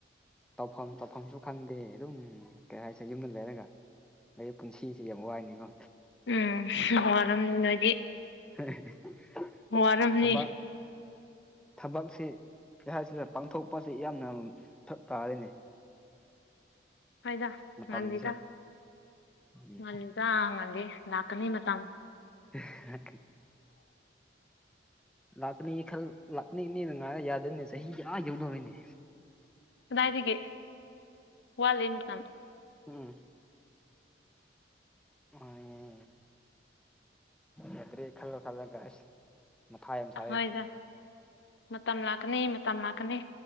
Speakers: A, in the centre; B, on the left.
A: ꯇꯧꯐꯝ ꯇꯧꯐꯝꯁꯨ ꯈꯪꯗꯦ ꯑꯗꯨꯝ ꯀꯩ ꯍꯥꯏꯁꯦ ꯌꯨꯝꯗ ꯂꯩꯔꯒ ꯑꯩ ꯄꯨꯟꯁꯤꯁꯤ ꯌꯥꯝ ꯋꯥꯏꯅꯦꯀꯣ
B: ꯎꯝ ꯋꯥꯔꯝꯅꯤ ꯅꯣꯏꯗꯤ
A: <unintelligible>
B: ꯋꯥꯔꯝꯅꯤ
A: ꯊꯕꯛ ꯊꯕꯛꯁꯤ ꯀꯩ ꯍꯥꯏꯁꯤꯔ ꯄꯥꯡꯊꯣꯛꯄꯁꯤ ꯌꯥꯝꯅ ꯐꯛ ꯇꯥꯔꯦꯅꯤ
B: ꯍꯣꯏꯗ
A: ꯃꯇꯝꯁꯦ
B: ꯉꯜꯂꯤꯗ
A: ꯎꯝ
B: ꯉꯜꯂꯤꯗ ꯉꯜꯂꯤ ꯂꯥꯛꯀꯅꯤ ꯃꯇꯝ
A: <unintelligible> ꯂꯥꯛꯀꯅꯤ ꯈꯜ ꯂꯥꯛꯅꯤꯅꯤꯗ ꯉꯥꯏꯔ ꯌꯥꯗꯦꯅꯦ ꯆꯍꯤꯗꯤ ꯑꯥ ꯌꯧꯗꯧꯔꯤꯅꯦ
B: ꯀꯗꯥꯏꯗꯒꯤ ꯋꯥꯠꯂꯤ ꯃꯇꯝ
A: ꯎꯝ ꯎꯝ ꯌꯥꯀꯔꯤ ꯈꯜꯂ ꯈꯜꯂꯒ ꯑꯁ ꯃꯊꯥ ꯌꯥꯝ ꯁꯥꯏ
B: ꯍꯣꯏꯗ ꯃꯇꯝ ꯂꯥꯛꯀꯅꯤ ꯃꯇꯝ ꯂꯥꯛꯀꯅꯤ